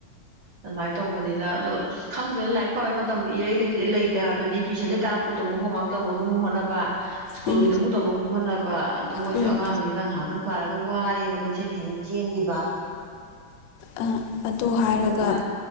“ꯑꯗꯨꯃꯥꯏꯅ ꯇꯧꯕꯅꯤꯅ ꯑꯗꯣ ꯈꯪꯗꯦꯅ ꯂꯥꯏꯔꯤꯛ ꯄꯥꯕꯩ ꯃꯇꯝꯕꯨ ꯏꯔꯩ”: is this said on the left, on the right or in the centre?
Right